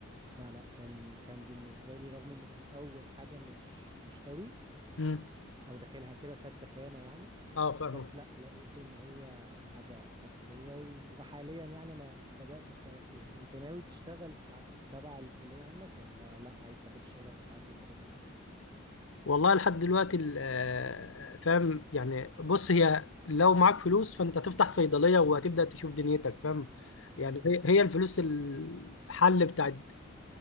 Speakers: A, on the right; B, on the left.
A: لا لا كان كان بالنسبة لي رغم انه في الاول حاجة مش مش قوي
B: مم.
A: او داخلها كده سد خانة يعني
B: اه فاهمك
A: بس لا لقيت ان هي حاجة اساسية و- وحاليا يعني انا بدأت اشتغل فيها انت ناوي تشتغل في تبع الكلية عندك ولا لا عايز تاخد الشهادة وتعدي وخلاص
B: والله لحد دلوقتي ال- آه، فاهم يعني بص هي لو معاك فلوس فانت تفتح صيدلية وهتبدأ تشوف دنيتك فاهم يعني
A: امم
B: هي هي الفلوس الحل بتاع